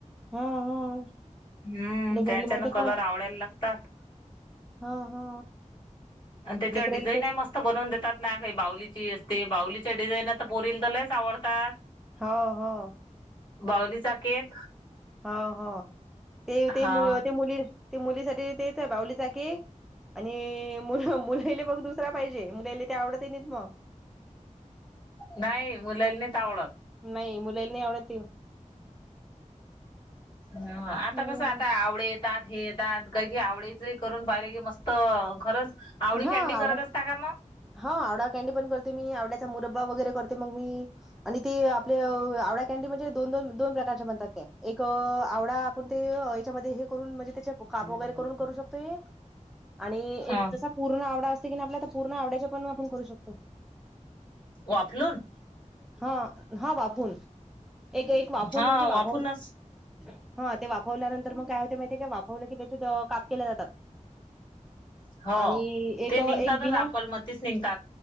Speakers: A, in the centre; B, on the left.
A: हां, हां.
B: हम्म,
A: लेकराला
B: त्याच्यान
A: मग ते
B: कलर
A: खा
B: आवडायला लागतात.
A: हा हा.
B: अन त्याच्यावर
A: लेकराला
B: डिझाईन
A: तेच
B: हाय मस् त बनवून देतात ना काही बाहूलीची असते, बाहूलीच्या डिझाईन आता पोरील तर लइच आवडतात.
A: हाव हो.
B: बाहुलीचा केक
A: हो हो ते
B: हा
A: ते मु ते मुली ते मुलीसाठी तेच बाहुलीचा केक. आणि मुला मुलायला बघ दुसरा पाहिजे मुलायला ते आवडत ही नाहीत मग.
B: नाही मुलायला नाहीत आवडत.
A: नाही मुलायला नाही आवडत ते.
B: ह आता
A: हम्म
B: कसं आता आवडेेत येतात हे येतात काही काही आवडायचं ही करून पाहिले की मस्त खरंच. आवडी
A: हां
B: खॅन्डी करत
A: आवडा
B: असता का मग
A: हां आवडा कॅन्डी पण करते मी आवड्याचा मुरब्बा वगैरे करते मग मी. आणि ते आपल आवडा कॅन्डी म्हणजे दोन दोन प्रकारचे बनतात त्या, एक अ आवडा आपुण ते याच्यामध्ये हे करून म्हणजे त्याचे काप वगैरे करून करू शकतो एक. आणि
B: ह
A: एक जसा पूर्ण आवडा असते की नाही आपला पूर्ण आवड्याच्या पण आपण करू शकतो.
B: वाफलून.
A: हां हां वाफून एक एक वाफून
B: हा
A: म्हणजे वाफवून.
B: वाफरूनच
A: हम्म ते वाफवल्यानंतर मग काय होते माहितीेये काय वाफवलं की त्याचे त काप केल्या जातात.
B: हो.
A: आणि एक
B: ते निघतातच
A: एक बिना
B: आपल मतीच निघतात